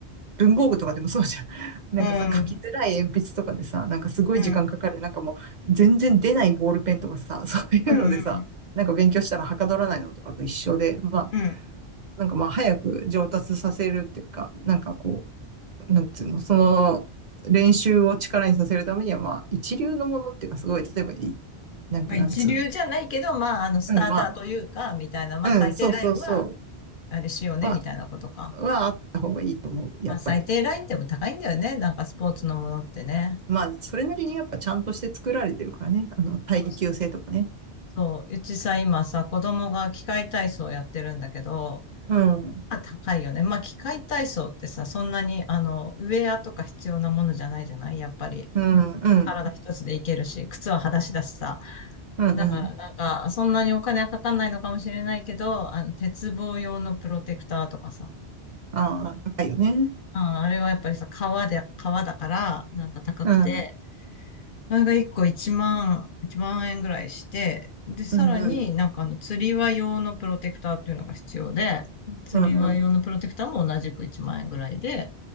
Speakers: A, on the right; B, on the left.
A: う、文房具とかでもそうじゃん。<laughs> なんかさ、
B: うん、
A: 書きづらい鉛筆とかでさ、なんかすごい時間かかる。
B: うん、
A: なんかもう全然出ないボールペンとかさ、<laughs> そういうのでさ、
B: うん。
A: なんか勉強したらはかどらないのとかと一緒で、まあ、
B: うん
A: なんかまあ早く上達させるっていうか、なんかこう、なんつうの、その練習を力にさせるためには、まあ一流のものっていうかすごい、例えばい、なんかなんつうの。
B: まあ一流じゃないけど、まああのスターターというか、
A: うん、まあ、
B: みたいな、まあ最低ラインは
A: うん、そうそうそう。
B: あれしようね、
A: は、
B: みたいなことか。
A: はあった方がいいと思う、やっぱり。
B: まあ最低ラインでも高いんだよね。なんかスポーツのものってね。
A: まあ、それなりにやっぱちゃんとして作られてるからね。あの、耐久性とかね。
B: そうそう。そう。うちさ、今さ、子供が器械体操やってるんだけど、
A: うん。
B: あ、高いよね。まあ、器械体操ってさ、そんなに、あの、ウェアとか必要なものじゃないじゃないやっぱり。
A: うん、うん。
B: 体一つでいけるし、靴は裸足だしさ。
A: うん、
B: だからなんか、
A: うん。
B: そんなにお金はかかんないのかもしれないけど、あの、鉄棒用のプロテクターとかさ。
A: ああ、高いよね。
B: うん、あれはやっぱりさ、革で、革だから、なんか高くて、
A: うん。
B: あれが1個1万、1万円ぐらいして、で、さらになんかあの、
A: うん、うん。
B: 釣り輪用のプロテクターっていうのが必要で、釣り輪用のプロテクターも同じく1万円ぐらいで、
A: うん、うん。